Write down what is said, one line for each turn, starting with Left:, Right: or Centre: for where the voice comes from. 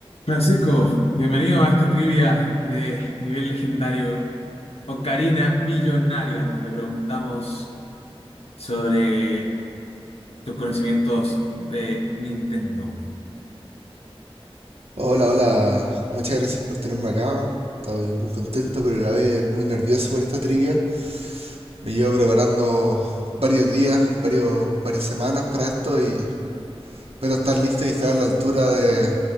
Left: Francisco, bienvenido a esta trivia de nivel legendario Ocarina Millonaria, donde preguntamos sobre tus conocimientos de Nintendo.
Right: Hola, hola, muchas gracias por tenerme acá. Estoy muy contento, pero a la vez muy nervioso por esta trivia. Me llevo preparando varios días, varios, varias semanas para esto y espero estar listo y estar a la altura de,